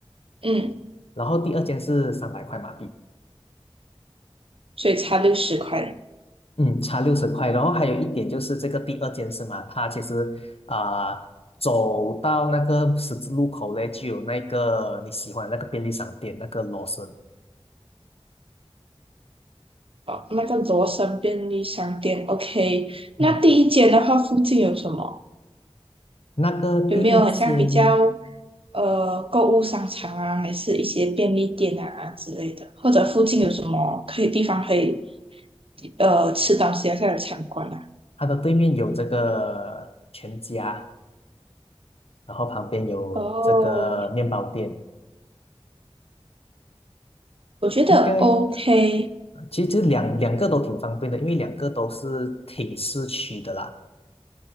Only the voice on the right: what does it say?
嗯，
所以差六十块。
哦，那个罗森便利商店，OK。那第一间的话，
附近有什么？
有没有很像比较呃购物商场啊，还是一些便利店啊之类的？或者附近有什么可以地方可以呃吃东西啊，或者参观啊？
哦，我觉得
OK。